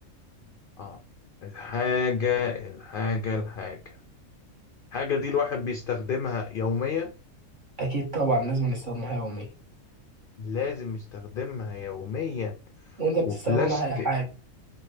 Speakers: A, on the left; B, on the right.
A: اه الحاجة الحاجة الحاجة الحاجة دي الواحد بيستخدمها يوميا
B: اكيد طبعا لازم نستخدمها يوميا
A: لازم يستخدمها يوميا
B: وانت بتستخدمها
A: وبلاستيك
B: يا حاج